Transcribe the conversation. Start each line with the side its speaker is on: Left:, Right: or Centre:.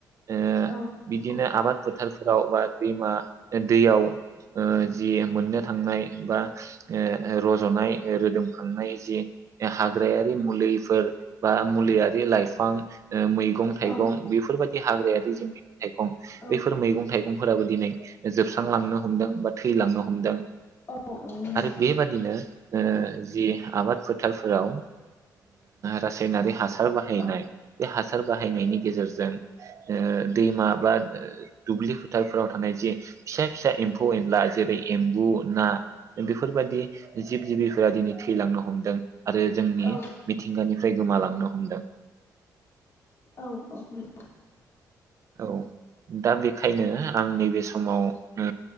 Right: ओ
Left: औ
Right: बिदिनो
Left: नंगौ
Right: आबाद फोथार फोराव बा दैमा दैयाव ओ जि मोननो थांनाय बा ओ रजनाय रोदोमखांनाय जि हाग्रायारि मुलिफोर बा मुलियारि लाइफां ओ मैगं थाइगं
Left: औ
Right: बेफोरबायदि हाग्रायारि जे मैगं थाइगं
Left: औ
Right: बेफोर मैगं थाइगंफोराबो दिनै जोबस्रांलांनो हमदों बा थैलांनो हमदों
Left: औ नंगौ
Right: आरो बेबादिनो ओ जि आबाद फोथारफोराव रासायनारि ओ हासार बाहायनाय
Left: औ
Right: बे हासार बाहायनायनि गेजेरजों ओ दैमा बा दुब्लि फोथारफोराव थानाय जे फिसा फिसा एम्फौ एनला जेरै एम्बु ना बेफोरबायदि जिब जिबिफोरा दिनै थैलांनो हमदों। आरो जोंनि
Left: औ
Right: मिथिंगानि गोमालांनो हमदों।
Left: औ औ नोंगौ,
Right: औ दा बेखायनो आं नैबे समाव ओ